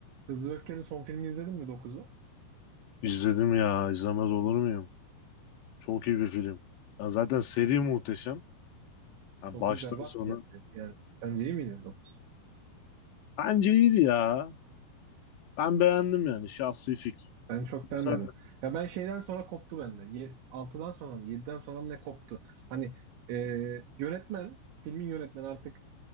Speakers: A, on the right; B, on the left.
A: Hızlı ve Öfke'nin son filmini izledin mi dokuzu?
B: İzledim ya, izlemez olur muyum? Çok iyi bir film. Ya zaten seri muhteşem. Ya
A: 9
B: baştan
A: berbattı
B: sona.
A: bence. Yani sence iyi miydi 9?
B: Bence iyiydi ya. Ben beğendim yani şahsi fikrim.
A: Ben çok beğenmedim.
B: Sen
A: Ya ben şeyden sonra koptu bende. Ye, 6'dan sonra mı 7'den sonra mı ne koptu? Hani e, yönetmen, filmin yönetmeni artık